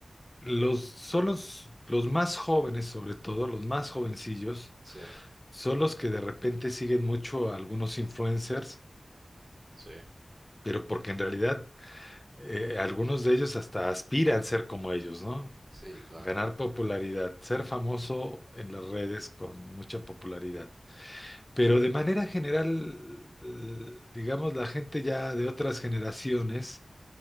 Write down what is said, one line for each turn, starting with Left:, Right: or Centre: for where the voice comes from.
Left: Los, son los, los más jóvenes, sobre todo, los más jovencillos,
Right: sí.
Left: son los que de repente siguen mucho a algunos influencers,
Right: Sí,
Left: pero porque en realidad eh, algunos de ellos hasta aspiran ser como ellos, ¿no?
Right: sí, claro.
Left: Ganar popularidad, ser famoso en las redes con mucha popularidad. Pero de manera general, eh, digamos, la gente ya de otras generaciones,